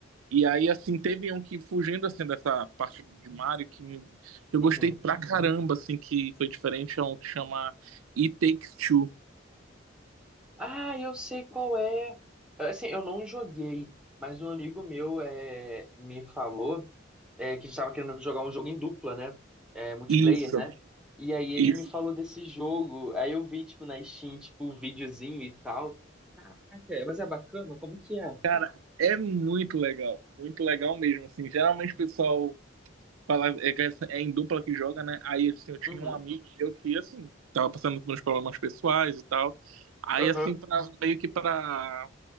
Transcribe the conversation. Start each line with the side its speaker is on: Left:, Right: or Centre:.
Right: E aí, assim, teve um que, fugindo, assim, dessa parte de Mario, que, me- que eu
Centre: Uhum.
Right: gostei pra caramba, assim, que foi diferente, é um que chama It Takes Two.
Centre: Ah, eu sei qual é. Assim, eu não joguei, mas um amigo meu é, me falou é, que estava querendo jogar um jogo em dupla, né? É, multiplayer,
Right: Isso.
Centre: né? E aí ele
Right: Isso.
Centre: me falou desse jogo. Aí eu vi, tipo, na Steam, tipo, um videozinho e tal. Caraca, mas é bacana? Como que é?
Right: Cara, é muito legal, muito legal mesmo, assim, geralmente o pessoal fala, é, que é em dupla que joga, né, aí, assim, eu tinha
Centre: Uhum,
Right: um amigo meu que, assim, tava passando por uns problemas pessoais e tal, aí,
Centre: Aham.
Right: assim, pra, meio que pra